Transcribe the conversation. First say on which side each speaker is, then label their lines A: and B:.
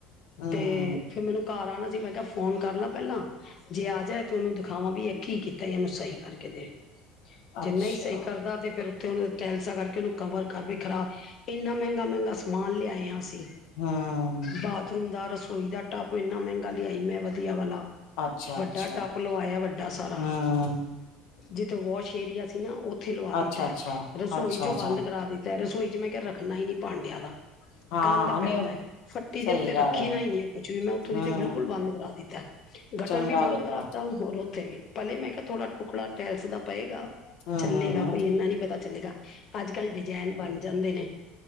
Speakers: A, on the left; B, on the left.
A: ਹਮ
B: ਤੇ- ਫੇਰ ਮੈਨੂੰ ਘਰ ਆਣਾ ਸੀ ਮੈ ਕਿਹਾ ਫੋਨ ਕਰ ਲਾ ਪਹਿਲਾ- ਜੇ ਆ ਜਾਏ ਤੇ ਉਹਨੂੰ ਦਿਖਾਵਾ ਵੀ ਇਹ ਕੀ ਕੀਤਾ ਈ ਇਹਨੂੰ ਸਹੀ ਕਰਕੇ ਦੇ- ਜੇ
A: ਅੱਛਾ
B: ਨਾਹੀ ਸਹੀ ਕਰਦਾ ਤੇ ਫੇਰ ਉਥੇ ਉਹ ਟੈਲਸਾ ਕਰਕੇ ਉਹਨੂੰ ਕਵਰ ਕਰ ਵੀ ਖਰਾਬ, ਇਨਾ- ਮਹਿੰਗਾ- ਮਹਿੰਗਾ ਸਮਾਨ ਲਿਆਏ ਆ ਅਸੀ,
A: ਹਮ
B: ਬਾ- ਫੇਰ ਇਨ ਦਾ ਰਸੋਈ ਦਾ ਟੱਪ ਇਨਾ ਮਹਿਗਾ ਲਿਆਈ ਮੈ ਵਧੀਆ ਵਾਲਾ।
A: ਅੱਛਾ-ਅੱਛਾ,
B: ਵੱਡਾ ਟੱਪ ਲਵਾਇਆ ਵੱਡਾ ਸਾਰਾ-
A: ਹੂੰ,
B: ਜਿਥੇ ਵਾਸ਼ ਏਰੀਆ ਸੀ ਨਾ ਉਥੇ ਲਵਾ ਦਿਤਾ
A: ਅੱਛਾ-ਅੱਛਾ,
B: ਏ, ਰਸੋਈ
A: ਅੱਛਾ-ਅੱਛਾ,
B: ਚੋ ਬੰਦ ਕਰਾ ਦਿਤਾ- ਤੇ ਰਸੋਈ 'ਚ ਮੈ ਕਿਹਾ ਰਖਣਾ ਹੀ ਨੀ ਭਾਂਡਿਆਂ ਦਾ
A: ਹਾਂ
B: ਗੰਦ ਪੈਦਾ
A: ਨੀ
B: ਐ। ਫੱਟੀ
A: ਸਹੀ
B: ਦੇ ਉਤੇ ਰਖੀ
A: ਗੱਲ ਐ,
B: ਨਾ ਹੀ ਨਹੀ ਹੈ। ਕੁਛ ਵੀ ਮੈ ਉਥੋ ਦੀ
A: ਹੂੰ
B: ਤੇ ਬਿਲਕੁਲ ਬੰਦ ਕਰਾ ਦਿਤਾ। ਗਟਰ
A: ਚੰਗਾ
B: ਵੀ ਬੰਦ
A: ਕੀਤਾ,
B: ਕਰਾਤਾ ਹੋਰ ਉਥੇ ਵੀ, ਪਹਿਲੇ ਮੈ ਕਿਹਾ ਥੋੜਾ ਟੁਕੜਾ ਟੈਲਸ ਦਾ ਪਏਗਾ।
A: ਹੂੰ-ਹੂੰ-ਹੂੰ,
B: ਚੱਲੇਗਾ ਕੋਈ ਇੰਨਾ ਨਹੀ ਪਤਾ ਚਲੇਗਾ ਅਜ ਕਲ ਡਿਜਾਇਨ ਬਣ ਜਾਦੇ ਨੇ।